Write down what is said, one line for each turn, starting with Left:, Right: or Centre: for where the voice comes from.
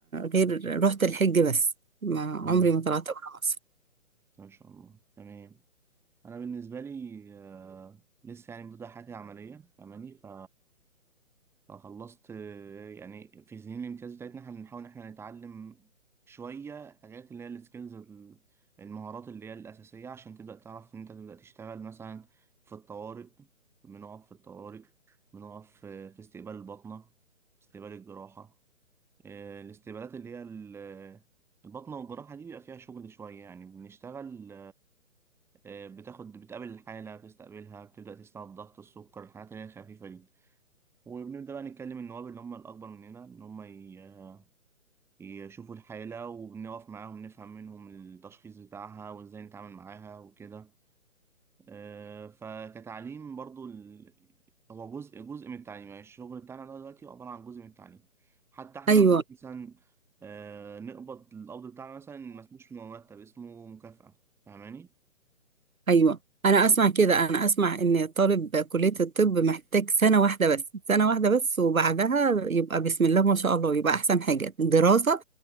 Right: غير رحت الحج بس ما
Centre: مم.
Right: عمري ما طلعت بره مصر
Centre: ما شاء الله تمام انا بالنسبه لي آه، لسه يعني ببدا حياتي عمليه فاهماني ف فخلصت آه، يعني في سنين الامتياز بتاعتنا احنا بنحاول ان احنا نتعلم شويه حاجات اللي هي السكيلز المهارات اللي هي الاساسيه عشان تبدا تعرف ان انت تبدا تشتغل مثلا في الطوارئ بنقف في الطوارئ بنقف آه، في استقبال البطنه استقبال الجراحه آه، الاستقبالات اللي هي ال- البطنه والجراحه دي بيبقى فيها شغل شويه يعني بنشتغل آه، بتاخد بتقابل الحالة بتستقبلها بتبدأ تسمع الضغط السكر الحاجات اللي هي الخفيفة دي وبنبدأ بقى نتكلم النواب اللي هم الأكبر مننا إن هم ي- يشوفوا الحالة وبنقف معاهم نفهم منهم التشخيص بتاعها وإزاي نتعامل معاها وكده آه، فكتعليم برضو ال... هو جزء جزء من التعليم يعني الشغل بتاعنا ده دلوقتي عبارة عن جزء من التعليم حتى احنا
Right: ايوه
Centre: مثلا آه، نقبض القبض بتاعنا مثلا ما اسموش مرتب اسمه مكافأة فاهماني؟
Right: ايوه انا اسمع كده انا اسمع ان طالب كلية الطب محتاج سنة واحدة بس سنة واحدة بس وبعدها يبقى بسم الله ما شاء الله يبقى احسن حاجة دراسة